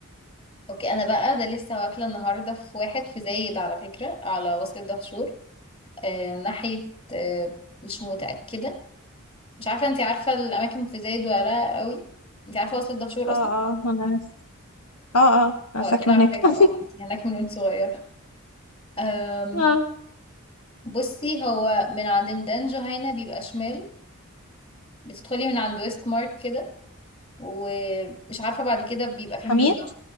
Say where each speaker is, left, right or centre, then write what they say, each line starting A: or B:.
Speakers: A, on the left; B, on the left.
A: اوكي انا بقى ده لسه واكلة النهاردة في واحد في زايد على فكرة على وصلة دهشور آه، ناحية آه، مش متأكدة مش عارفة انتي عارفة الأماكن في زايد ولا لأ قوي انتي عارفة وصل الدهشور
B: اه
A: أصلا
B: اه ما انا اه اه انا
A: هو أكيد
B: ساكنه
A: عارفاها
B: هناك <laughs>
A: اه انتي هناك من وانت صغيرة أم
B: اه
A: بصي هو من عند ميدان جهينة بيبقى شمال بتدخلي من عند ويست مارك كده ومش عارفة بعد كده بيبقى فين
B: حميد
A: بالظبط